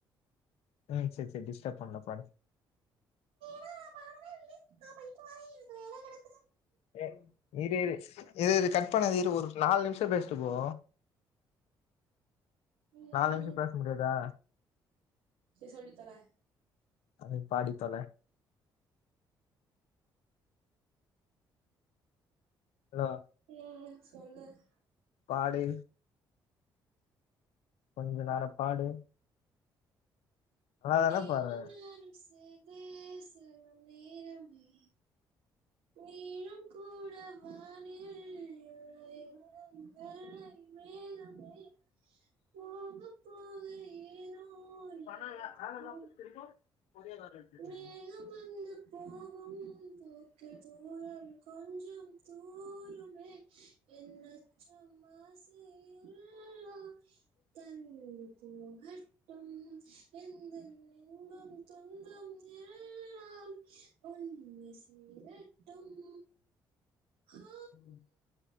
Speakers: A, on the left; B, on the right.
A: ம் செரி செரி டிஸ்டர்ப் பண்ணல பாடு
B: வேணா பாடவே இல்ல நான் போயிட்டு வாறேன் எனக்கு வேலை கடக்
A: ஏ இரு இரு கட் பண்ணாத ஒரு நாலு நிமிஷம் பேசிட்டு போ
B: ம்
A: நாலு நிமிஷம் பேச முடியாதா
B: சரி சொல்லி தொலை
A: அதுக்கு பாடி தொல ஹலோ
B: ம் தோழர்
A: பாடு கொஞ்ச நேரம் பாடு நல்லாதான
B: நீயும்
A: பாடுற
B: நானும் சேர்ந் தே செல்லும் நேரமே நீளம் கூட வானில் இல்லை எங்கும் வெள்ளை மேகமே போக போக ஏனோ
A: இப்டி
B: நீளம்
A: பண்ணாத நான் நல்லா படிச்சிருக்கோம் கொரியர் வேலை இருக்குது
B: மேகம்
A: நாங்க
B: வந்து போகும் பூக்கள் தூரம் கொஞ்சம் தூருமே என் அச்சம் ஆசை எல் லாம் தள்ளி போகட்டும் <inaudible> எந்தன் இன்பம் துன்பம் எல்லாமே உன்னை சேரட் டும் ஹா
A: உ